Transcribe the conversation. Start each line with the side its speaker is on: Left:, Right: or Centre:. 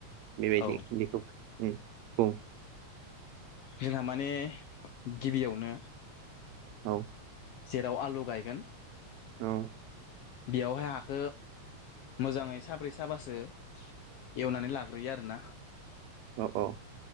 Right: बेबायदि
Left: औ
Right: बेखौ बुं औ
Left: जोंहा माने गिबियावनो
Right: औ
Left: जेराव आलु गायगोन।
Right: औ।
Left: बेयावहाय हाखो मोजाङै साब्रै साबासो एवनानै लाग्रोयो आरोना।
Right: औ औ।